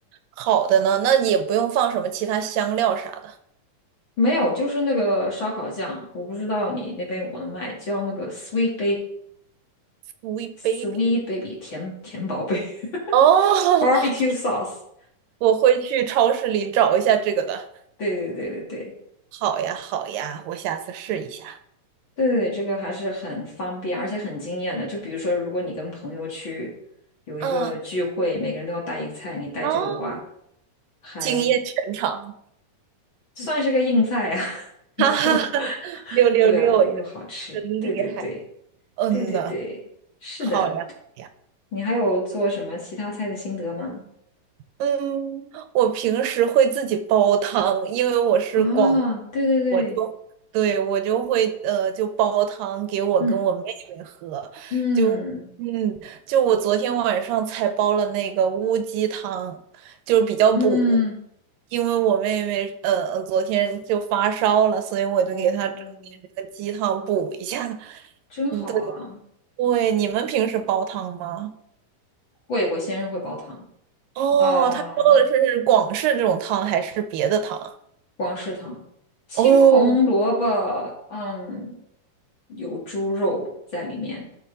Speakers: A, on the right; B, on the left.
A: 好的呢，那也不用放什么其他香料啥的。
B: 没有，就是那个烧烤酱，我不知道你那边有没有卖，叫那个 Sweet
A: w e
B: Baby，Sweet
A: baby。
B: Baby 甜甜宝贝
A: 哦，
B: <laughs>，Barbecue
A: <laughs>
B: Sauce。
A: 我会去超市里找一下这个的。
B: 对对对对对对
A: 好呀，好呀，我下次试一下。
B: 对对，这个还是很方便，而且很惊艳的。就比如说，如果你跟朋友去有一个聚会，
A: 嗯，
B: 每个人都要带一个菜，你带这个的话，
A: 哦，
B: 还
A: 惊艳全场，
B: 算是个硬菜呀、<laughs>
A: <laughs>
B: 然后，
A: 哈哈哈，六六六呀，
B: 对啊，又好吃，
A: 真厉害。
B: 对对对，
A: 嗯呐，
B: 对对对，是的。
A: 好呀，好呀。
B: 你还有做什么其他菜的心得吗？
A: 嗯，我平时会自己煲汤，因为我是广
B: 哦，对对对，
A: 我就对我就会呃，就煲汤给我跟我妹妹喝，
B: 嗯嗯
A: 就嗯，就我昨天晚上才煲了那个乌鸡汤，就是比较补，
B: 嗯，
A: 因为我妹妹呃昨天就发烧了，所以我就给她整点这个鸡汤补一下。
B: 哦，真好啊！
A: 嗯，对对，你们平时煲汤吗？
B: 会，我先生会煲汤。
A: 哦，
B: 啊。
A: 他煲的是广式这种汤还是别的汤啊
B: 广式汤，青红萝卜，
A: 哦，
B: 嗯，有猪肉在里面，